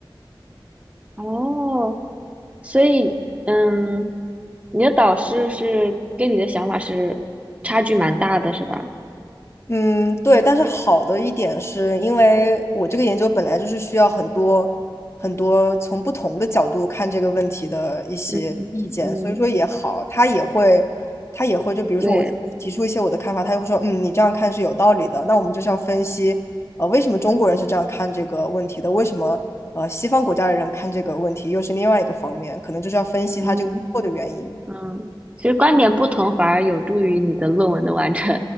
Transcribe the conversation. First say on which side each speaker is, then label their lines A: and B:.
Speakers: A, on the right; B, on the left.
A: 哦。所以，嗯，你的导师是跟你的想法是差距蛮大的，是吧？
B: 嗯，对，但是好的一点是因为我这个研究本来就是需要很多很多从不同的角度看这个问题的一些意见，
A: 嗯嗯，
B: 所以说也好，他也会他也会就比如说我提出一些我的看法，
A: 对，
B: 他也会说，嗯，你这样看是有道理的，那我们就是要分析，呃，为什么中国人是这样看这个问题的，为什么呃西方国家的人看这个问题又是另外一个方面，可能就是要分析他这个背后的原因。
A: 嗯嗯，其实观点不同反而有助于你的论文的完成。